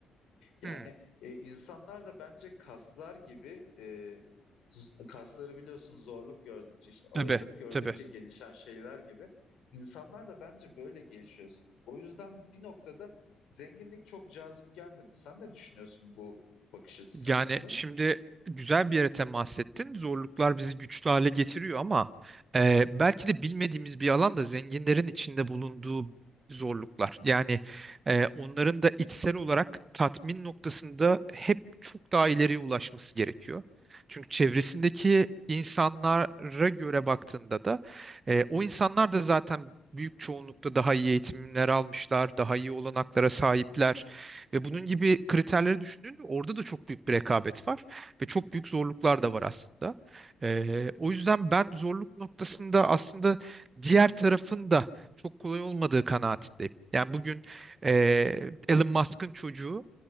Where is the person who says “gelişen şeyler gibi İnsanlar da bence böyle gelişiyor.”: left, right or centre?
Left